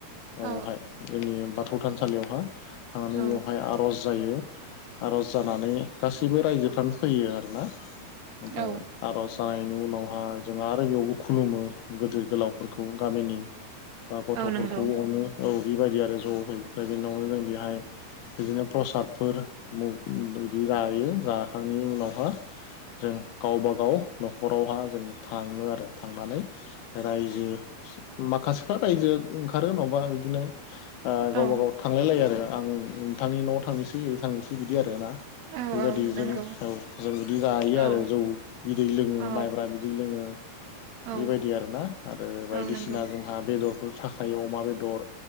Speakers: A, on the left; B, on the right.
A: ओवहाय
B: औ
A: जोंनि बाथौ थानसालियावहा थांनानै
B: औ
A: बेवहाय आर'ज जायो आर'ज जानानै गासैबो रायजोफ्रानो फैयो आरोना ओमफ्राय
B: औ
A: आर'ज जानायनि उनावहा जोङा आरो बेयावबो खुलुमो गोदोर गोलावफोरखौ गामिनि बा गथ'फोरखौ
B: औ नंगौ
A: अनो औ बेबायदि आरो ज' <unintelligible> जों बेहाय बिदिनो प्रसादफोर मु बिदि जायो जाखांनायनि उनावहा जों गावबा गाव न'खरावहा जों थाङो आरो थांनानै रायजो माखासेफ्रा रायजो ओंखारो नवाबा बिदिनो ओ गावबा
B: औ
A: गाव थांलाय लायो आरो आं नोंथांनि न'आव थांनिसै ओ थांनिसै बिदि आरो ना। बेबादि
B: औ औ
A: जों
B: नंगौ
A: औ जों बिदि जायो
B: औ
A: आरो जौ बिदै लोङो
B: औ
A: माइब्रा बिदै लोङो। ङो
B: औ
A: बेबायदि आरोना आरो बायदिसिना
B: औ नंगौ
A: जोंहा बेदर थाखायो अमा बेदर